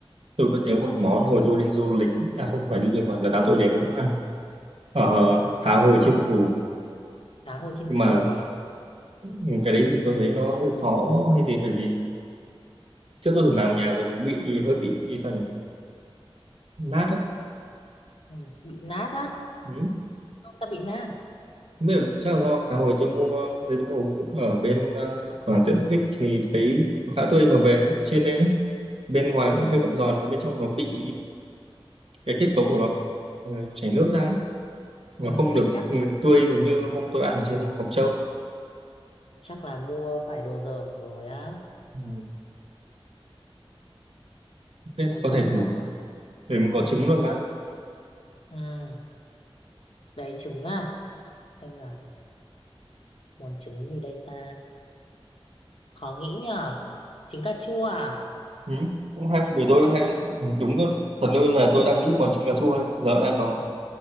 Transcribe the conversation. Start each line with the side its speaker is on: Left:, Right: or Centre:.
Right: tôi vẫn nhớ một món hồi tôi đi du lịch à không phải đi du lịch mà lần nào tôi đến đấy tôi cũng ăn ờ,
Left: Ừ,
Right: cá hồi chiên xù
Left: cá hồi chiên
Right: nhưng
Left: xù
Right: mà
Left: à?
Right: ừ, cái đấy thì tôi thấy nó hơi khó hay gì bởi vì trước tôi từng làm ở nhà rồi thì nó bị hơi bị sao nhỉ nát á
Left: Ừ, bị nát á.
Right: ừ.
Left: Không sao bị nát.
Right: không biết là chắc là do cá hồi tôi mua hôm đấy tôi mua ở bên uh, cửa hàng tiện ích thì thấy nó khá tươi mà về nó chiên lên đấy bên ngoài
Left: Ừ,
Right: cũng cái vẫn giòn và bên trong nó bị cái kết cấu của nó bị, ừ, chảy nước ra mà
Left: ừ,
Right: không
Left: thế
Right: được
Left: chắc
Right: ừ, tươi giống như hôm tôi ăn ở trên Mộc Châu
Left: chắc là mua phải đồ dởm rồi á
Right: ừ, thế
Left: nói
Right: có
Left: chung
Right: thể thử
Left: là
Right: để mình có
Left: ừ,
Right: trứng luôn mà
Left: ừ. đấy trứng à xem nào món trứng gì đây ta khó nghĩ nhở trứng cà chua à
Right: ừ. cũng hay bởi tôi hay ăn ừ, đúng luôn thật luôn là tôi đang nghĩ món trứng cà chua đây. giờ đã ăn bò.